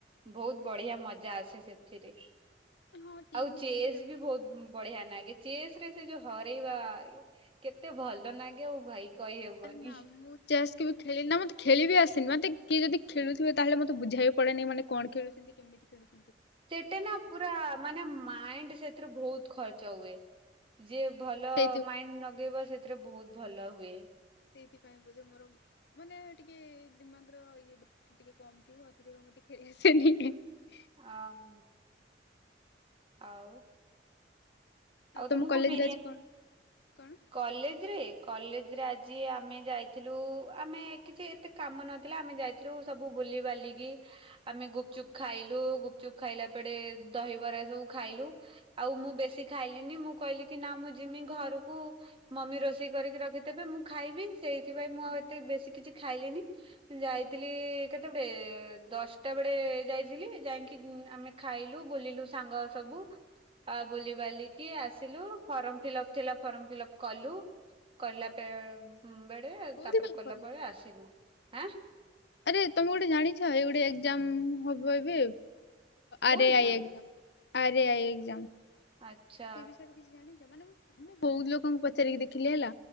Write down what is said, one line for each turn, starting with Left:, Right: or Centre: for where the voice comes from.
Right: ବହୁତ ବଢିଆ ମଜା ଆସେ ସେଥିରେ।
Left: ହଁ ଟିମ୍
Right: ଆଉ
Left: ହେଇକି
Right: ଚେସ୍
Left: ଖେଳେ ଭଲ।
Right: ବି ବହୁତ ବଢିଆ ନାଗେ। ଚେସ୍ ରେ ସେ ଯୋଉ ହରେଇବା, କେତେ ଭଲ ନାଗେ ଆଉ ଭାଇ କହିହବନି।
Left: ଆରେ ନା ମୁଁ ଚେସ୍ କେବେ ଖେଳିନି ନା ମତେ ଖେଳିବି ଆସେନି। ମତେ କିଏ ଯଦି ଖେଳୁଥିବ ତାହେଲେ ମତେ ବୁଝାଇ ବାକୁ ପଡ଼େନି, ମାନେ କଣ ଖେଳୁଛନ୍ତି କେମିତି ଖେଳୁ
Right: ସେଟା ନା ପୁରା ମାନେ ମାଇଣ୍ଡ ସେଥିରେ ବହୁତ ଖର୍ଚ୍ଚ ହୁଏ। ଯିଏ ଭଲ
Left: ସେଇଥି
Right: ମାଇଣ୍ଡ ନଗେଇବ, ସେଥିରେ ବହୁତ ଭଲ ହୁଏ।
Left: ସେଇଥିପାଇଁ ବୋଧ ମୋର ମାନେ ଟିକେ ଦିମାଗର ଇଏ ଟିକେ କମ୍ ଥିବ ଆସିକି ମୋ <unintelligible>
Right: ଅଂ ଆଉ। ଆଉ
Left: ତମ
Right: ତମକୁ
Left: କଲେଜରେ
Right: ବିରିୟାନୀ,
Left: ଆଜି କଣ କଣ?
Right: କଲେଜରେ କଲେଜରେ ଆଜି ଆମେ ଯାଇଥିଲୁ, ଆମେ କିଛି ଏତେ କାମ ନଥିଲା ଆମେ ଯାଇଥିଲୁ ସବୁ ବୁଲି ବାଲିକି ଆମେ ଗୁପଚୁପ ଖାଇଲୁ ଗୁପଚୁପ ଖାଇଲା ପଡେ ଦହିବରା ସବୁ ଖାଇଲୁ। ରୁ ଆଉ ମୁଁ ବେଶୀ ନି ମୁଁ କହିଲି କି ନା ମୁଁ ଯିମି ଘରକୁ, ମମି ରୋଷେଇ କରିକି ରଖିଥେବେ ମୁଁ ଖାଇବି। ସେଇଥିପାଇଁ ମୁଁ
Left: ହୁଁ
Right: ଆଉ ଏତେ ବେଶୀ କିଛି ଖାଇଲିନି, ଯାଇଥିଲି
Left: ହୁଁ
Right: କେ ସେପଟେ ଦଶଟା ବେଳେ ଯାଇଥିଲି, ଯାଇକି ଆମେ ଖାଇଲୁ ବୁଲିଲୁ ସାଙ୍ଗ ସବୁ। ଆ ବୁଲି ବାଲିକି ଆସିଲୁ। ଫର୍ମ ଫିଲପ ଥିଲା ଫର୍ମ ଫିଲପ କଲୁ। କଲା ବେ ବେଳେ
Left: କୋଉଥିପାଇଁ
Right: ତାପରେ କଲା
Left: ଫର୍ମ
Right: ପରେ
Left: ଫିଲପ୍
Right: ଆସିଲୁ ଆଁ।
Left: ଆରେ ତମେ ଗୋଟେ ଜାଣିଛ ଏଇ ଗୋଟେ ଏଗ୍ଜାମ ହୋଇବେ
Right: କୋଉ
Left: ଆରେ
Right: ଏକ୍ଜାମ?
Left: ଆଇ, ଆରେ ଆଇ ଏକ୍ଜାମ।
Right: ଆଚ୍ଛା
Left: ସେ ବିଷୟରେ କିଛି ଜାଣିଛ ମାନେେ ମୁ ବହୁତ ଲୋକଙ୍କୁ ପଚାରିକି ଦେଖିଲି ହେଲା।